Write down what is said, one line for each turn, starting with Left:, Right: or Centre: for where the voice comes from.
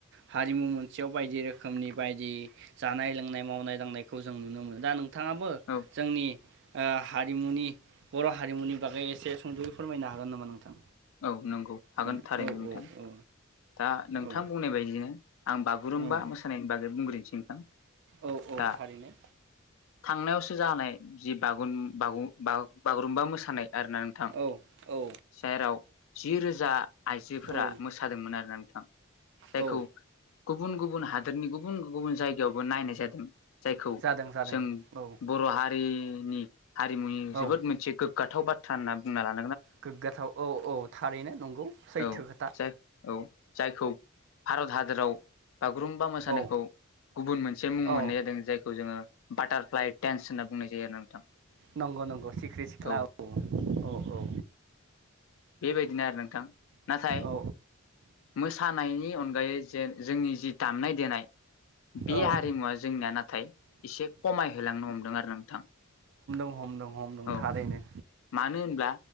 Right: हारिमु मोन खाथियाव बायदि रोखोमनि बायदि जानाय लोंनाय मावनाय दांनायखौ जों नुनो मोनो। दा नों थाङाबो
Left: औ
Right: जोंनि ओ हारिमुनि बर' हारिमुनि बागै एसे सुंद'यै फोरमायनो हागोन नामा नोंथां।
Left: औ नंगौ हागोन
Right: आंनो
Left: थारैनो
Right: औ
Left: नोंथां
Right: औ औ
Left: दा नोंथां
Right: औ
Left: बुंनाय बायदिनो आं बागुरुम्बा
Right: औ
Left: मोसानायनि बागै बुं बुरैसै नोंथां
Right: औ औ
Left: दा
Right: थारैनो
Left: थांनायवसो जानाय जिब बागुरुम बागु बागु बागुरुम्बा मोसानाय आर ना नोंथां
Right: औ औ
Left: जाराव जि रोजा आइजोफोरा
Right: औ
Left: मोसादोंमोन आरोना नोंथां जायखौ
Right: औ
Left: गुबुन गुबुन हादोरनि गुबुन गुबुन जायगायावबो नायनाय जादों जायखौ।
Right: जादों जादों
Left: जों
Right: औ।
Left: बर' हारिनि हारिमुनि जोबोद
Right: औ
Left: मोनसे गोग्गाथाव बाथ्रा होनना बुंना लानो।
Right: गोग्गाथाव औ औ थारैनो नंगौ सैथो
Left: औ
Right: खोथा।
Left: जाय औ जायखौ भारत हादोराव बागुरुम्बा मोसानायखौ
Right: औ
Left: गुबुन मोनसे मुं
Right: औ
Left: मोननाय जादों जायखौ जोङो बाटारफ्लाइ देन्स होनना बुंनाय जायो आरो नोंथां।
Right: नंगौ नंगौ सिख्रि सिख्ला
Left: औौ
Right: औ औ औ।
Left: बेबायदिनो आरो नोंथां नाथाय
Right: औ
Left: मोसानायनि अनगायै जेन जोंनि जि दामनाय देनाय बे
Right: औ
Left: हारिमुवा जोंनिया नाथाय एसे खमायहोलांनो हमदों आरो नोंथां।
Right: हम हमदों
Left: औ
Right: थारैनो।
Left: मानो होनब्ला